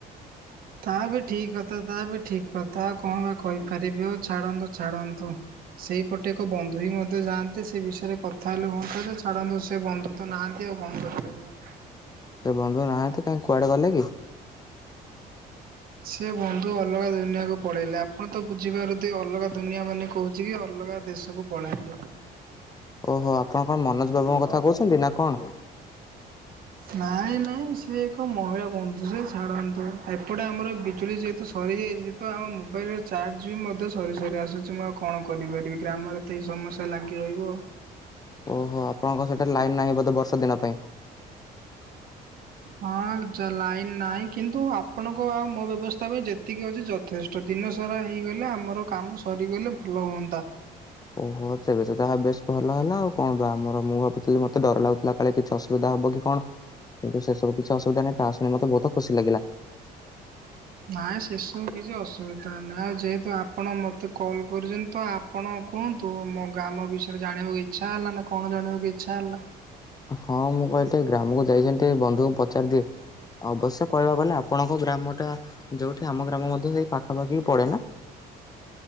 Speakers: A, on the right; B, on the left.
A: ତା ବି ଠିକ କଥା ତା ବି ଠିକ କଥା ଆଉ କଣ ବା କହିପାରିବି ଆଉ ଛାଡ଼ନ୍ତୁ ଛାଡ଼ନ୍ତୁ ସେଇପଟେ ଏକ ବନ୍ଧୁ ହ ମଧ୍ୟ ଯାଆନ୍ତେ ସେ ବିଷୟରେ କଥା ହେଲେ ହୁଅନ୍ତା ଯେ ଛାଡନ୍ତୁ ସେ ବନ୍ଧୁ ତ ନାହାନ୍ତି ଆଉ ବନ୍ଦ କରିପାରିବା
B: ସେ ବନ୍ଧୁ ନାହାନ୍ତି କାହିଁ କୁଆଡେ ଗଲେ କି
A: ସେ ବନ୍ଧୁ ଅଲଗା ଦୁନିଆକୁ ପଳେଇଲେ ଆପଣ ତ ବୁଝିପାରୁଥେ ଅଲଗା ଦୁନିଆ ମାନେ କହୁଛି କି ଅଲଗା ଦେଶ ସବୁ ପଳେଇି
B: ଓହୋ ଆପଣ କଣ ମନୋଜ ବାବୁଙ୍କ କଥା କହୁଛନ୍ତି ନା କଣ
A: ନାଇଁ ନାଇଁ ସିଏ ଏକ ମହିଳା ବନ୍ଧୁ ସେ ଛାଡ଼ନ୍ତୁ ଏପଟେ ଆମର ବିଜୁଳି ଯେହେତୁ ସରିଯାଇଛି ତ ଆମ ମୋବାଇଲର ଚାର୍ଜ ବି ମଧ୍ୟ ସରେ ସରି ଆସୁଛି ମୁଁ ଆଉ କଣ କରିପାରିବି ଗ୍ରାମରେ ଏତେ ସମସ୍ୟା ଲାଗି ରହିବ
B: ଓହୋ ଆପଣଙ୍କ ସେଟା ଲାଇନ୍ ନାହିଁ ବୋଧେ ବର୍ଷା ଦିନ ପାଇଁ
A: ହଁ ଲାଇନ ନାହିଁ କିନ୍ତୁ ଆପଣଙ୍କ ଆଉ ମୋ ବ୍ୟବସ୍ଥା ପାଇଁ ଯେତେ ଏତିକି ଅଛି ଯଥେଷ୍ଟ ଦିନ ସାରା ହେଇଗଲେ ଆମର କାମ ସରିଗଲେ ଭଲ ହୁଅନ୍ତା
B: ଓହୋ ତେବେ ତ ତାହା ବେଶ ଭଲ ହେଲା ଆଉ କଣ ବା ଆମର ମୁଁ ଭାବୁଥିଲି ମତେ ଡର ଲାଗୁଥିଲା କାଳେ କିଛି ସୁବିଧା ହବ କି କଣ କିନ୍ତୁ ସେ ସବୁ କିଛି ଅୁବିଧା ନାହିଁ ତାହା ଶୁଣି ମତେ ବହୁତ ଖୁସି ଲାଗିଲା
A: ନାଇଁ ସେସବୁ କିଛି ଅସୁବିଧା ନାହିଁ ଆଉ ଯେହେତୁ ଆପଣ ମତେ କଲ୍ କରିୁଛନ୍ତି ତ ଅପ ଆପଣ କୁହନ୍ତୁ ମୋ ଗ୍ରାମ ବିଷୟରେ ଜାଣିବାକୁ ଇଚ୍ଛା ହେଲା ନା କଣ ଜାଣିବାକୁ ଇଚ୍ଛା ହେଲା।
B: ହଁ ମୁଁ କହିଲି ଗ୍ରାମକୁ ଯାଇଛନ୍ତି ବନ୍ଧୁଙ୍କୁ ପଚାରି ଦିଏ। ଅବଶ୍ୟ କହି ହବନି ଆପଣଙ୍କ ଗ୍ରାମ ଟା ଯୋଉଠି ଆମ ଗ୍ରାମ ମଧ୍ୟ ସେଇ ପାଖାପାଖି ପଡେ ନା।